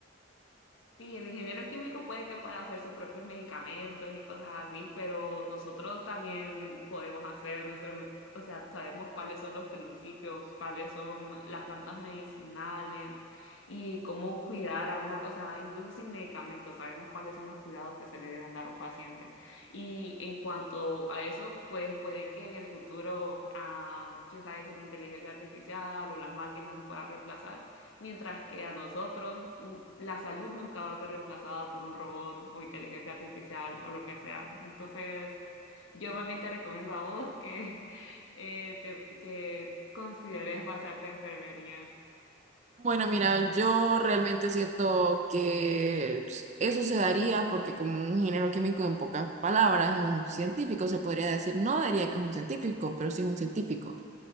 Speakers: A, on the left; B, on the right.
A: Sí, el ingeniero químico puede que pueda hacer sus propios medicamentos y cosas así, pero nosotros también podemos hacer nuestros, o sea, sabemos cuáles son los principios, cuáles son las plantas medicinales y cómo cuidar a una, o sea, incluso sin medicamentos, sabemos cuáles son los cuidados que se le deben dar a un paciente. Y en cuanto a eso, pues puede que en el futuro, ah, quién sabe si la inteligencia artificial o las máquinas los puedan reemplazar Mientras que a nosotros mm, la salud nunca va a ser reemplazada por un robot o inteligencia artificial o lo que sea. Entonces, yo más bien te recomiendo a vos que, <laughs> eh, te- que consideres pasarte a enfermería.
B: Bueno, mira, yo realmente siento que eso se daría porque como un ingeniero químico en pocas palabras es un científico, se podría decir, no diría que es un científico, pero sí es un científico.